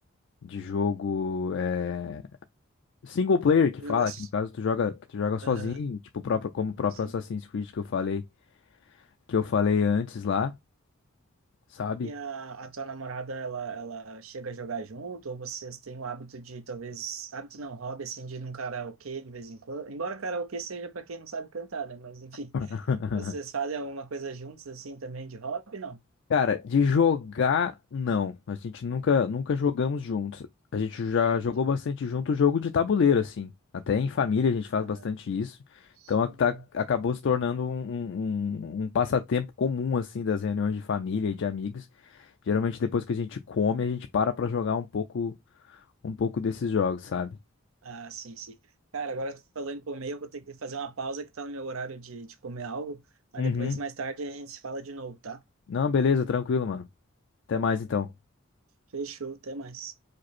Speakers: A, on the left; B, on the right.
A: De jogo eh, single player que
B: Jogar.
A: fala,
B: s-
A: que no caso tu joga, que tu joga sozinho,
B: Aham,
A: tipo, o próprio, como o próprio
B: sim.
A: Assassin's Creed que eu falei, que eu falei antes lá, sabe?
B: E a, a tua namorada, ela, ela chega a jogar junto? Ou vocês têm o hábito de, talvez, hábito não, hobby, assim, de ir num karaokê de vez em quando? Embora karaokê seja para quem não sabe cantar, né? Mas, enfim,
A: <laughs>
B: <laughs> vocês fazem alguma coisa juntos, assim, também de hobby? Não.
A: Cara, de jogar, não. A gente nunca, nunca jogamos
B: Uhum,
A: juntos. A gente já
B: Entendi.
A: jogou bastante junto jogo de tabuleiro, assim. Até em família a gente faz
B: Ah,
A: bastante isso. Então a-
B: uhum.
A: tá- acabou se tornando um, um, um- um passatempo comum, assim, das reuniões de família e de amigos. Geralmente depois que a gente come, a gente para pra jogar um pouco, um pouco desses jogos, sabe?
B: Ah, sim, sim. Cara, agora tu falando em comer, eu vou ter que fazer uma pausa que tá no meu horário de, de comer algo, mas
A: Uhum.
B: depois, mais tarde, a gente se fala de novo, tá?
A: Não, beleza, tranquilo, mano. Até mais então.
B: Fechou, até mais.